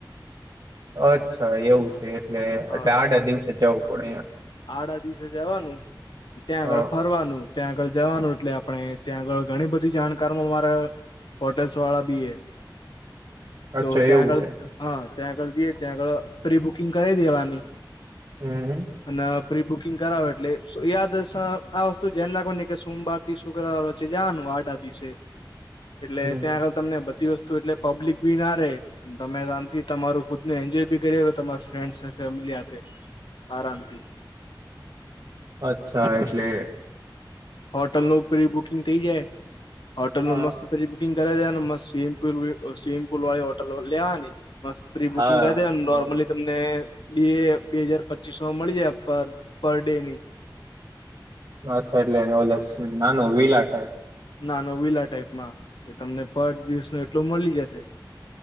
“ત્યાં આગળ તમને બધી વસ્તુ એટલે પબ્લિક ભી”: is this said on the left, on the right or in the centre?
Left